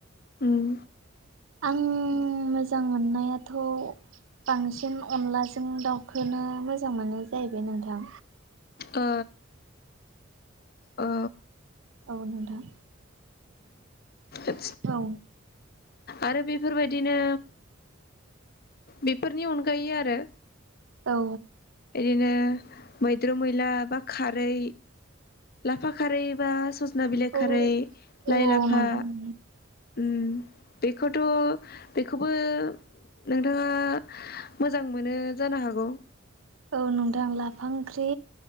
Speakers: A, on the left (about 50°); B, on the right (about 85°).
A: उम
B: आं मोजां मोननायाथ' बांसिन अनलाजों दाउखोनो मोजां मोनो जाहैबाय नोंथां।
A: ओ औ
B: औ-औ नोंथां
A: आ
B: औ
A: आरो बेफोरबायदिनो। बेफोरनि अनगायै आरो
B: औ
A: बिदिनो मैद्रु मैला बा खारै लाफा खारै बा सजना बिलाइक
B: औ
A: खारै
B: औ
A: लाइ लाफा
B: नोंथां
A: बेखौथ' बेखौबो नोंथाङा मोजां मोनो जानो हागौ
B: औ नोंथां लाफा ओंख्रि